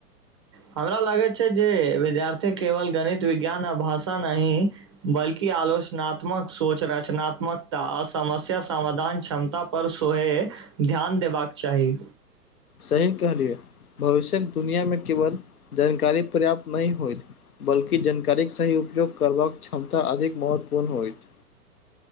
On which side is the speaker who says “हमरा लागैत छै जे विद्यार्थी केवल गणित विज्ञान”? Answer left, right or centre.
Right